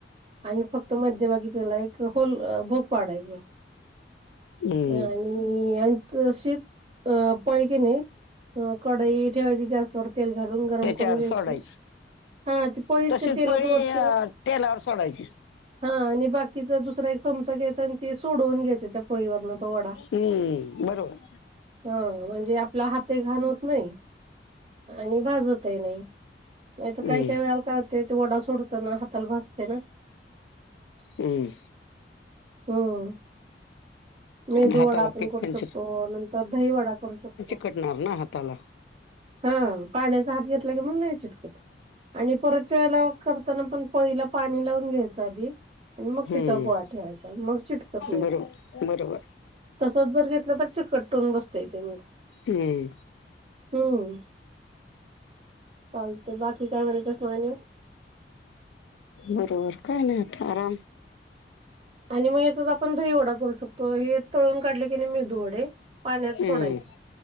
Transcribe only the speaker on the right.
आणि फक्त मध्य भागी त्याला एक होल भोक पाडायच
आणि आणि तशीच पळी की नाही ह कढई ठेवायची गॅसवर तेल घालून गरम
करून घ्यायची.
हा ती पळीच
तेलात
वरचावर.
हा आणि बाकीचा दुसरा एक चमचा घ्यायचा आणि ते सोडवून घ्यायच त्या पळीवरण तो <unintelligible>
हां म्हणजे आपला हातही गहान होत नाही आणि भाजतही नाही. नाही तर
काही काही वेळाला काय होते ते वडा सोडताना हाताला भाजते ना.
हम्म मेंदू
वडा आपण
करू
शकतो नंतर दही वडा करू शक
हं पाण्याचा हात घेतला की मग नाही चिकटत आणि परतच्या वेळेला करताना पण पळीला पाणी लावून घ्यायच आधी. आणि मग
तिच्यावर गोळा ठेवायचा मग चिटकत नाही
ते.
तसच जर घेतल तर चिकटून बसतय तेे मग.
हम्म चालतय बाकी काय म्हणतेस मघ आणिक?
आणि मग याचाच आपण दही वडा करू शकतो हे तळून काढल की ते मेंदू वडे पाण्यात
सोडायचे